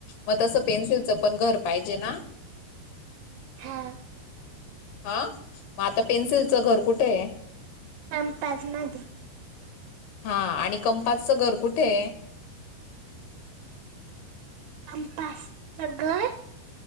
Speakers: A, on the left; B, on the right.
A: मग तस पेन्सिलचं पण घर पाहिजे ना
B: हा
A: हा मग आता पेन्सिलचं घर कुठे आहे?
B: आम कंपास मध्ये दे
A: हा आणि कंपासचं घर कुठे?
B: कंपास च घर